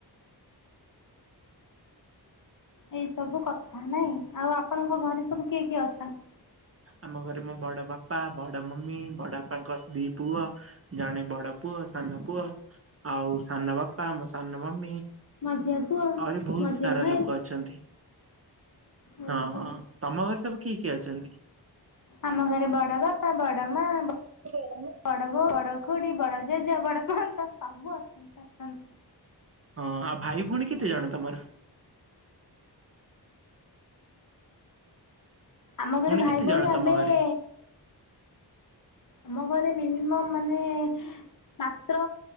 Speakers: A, on the left (about 50°); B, on the right (about 35°).
A: ଏଇ ସବୁ କଥା ନାଇଁ ଆଉ ଆପଣଙ୍କ ଘରେ ସବୁ କିଏ କିଏ ଅଛନ୍ତି?
B: ଆମ ଘରେ ମୋ ବଡ ବାପା ବଡ ମମି ବଡ ବାପାଙ୍କ ଦି ପୁଅ ଜଣେ ବଡ ପୁଅ ସାନ ପୁଅ ଆଉ ସାନ ବାପା ଆମ ସାନ ମମି
A: ମୋ ଝିଅ ପୁଅ
B: ଆହୁରି ବହୁତ
A: ମୋ
B: ସାରା
A: ଝିଅ ଭାଇ।
B: ଲୋକ ଅ ଛନ୍ତି
A: ଓହୋ
B: ହଁ ଅ ତମ ଘରେ ସବୁ କିଏ କିଏ ଅଛନ୍ତି?
A: ଆମ ଘରେ ବଡ ବା ପା ବଡ ମା, ବ
B: ହଁ
A: ବଡ ବୋଉ, ବଡ ଖୁଡି, ବଡ ଜେଜ, ବଡ ଆ ତ ସବୁ ଅସଛନ୍ତି ଆସନ୍ତି
B: ହଁ ଆ ଭାଇ ଭଉଣୀ କେତେ ଜଣ ତମର?
A: ଆମ ଘରେ ଭାଇ
B: କେତେ ଜଣ
A: ଭଉଣୀ
B: ତମ
A: ଆମେଏ
B: ଘରେ?
A: ଆମ ଘରେ ମିନିମମ୍ ମାନେ ମାତ୍ର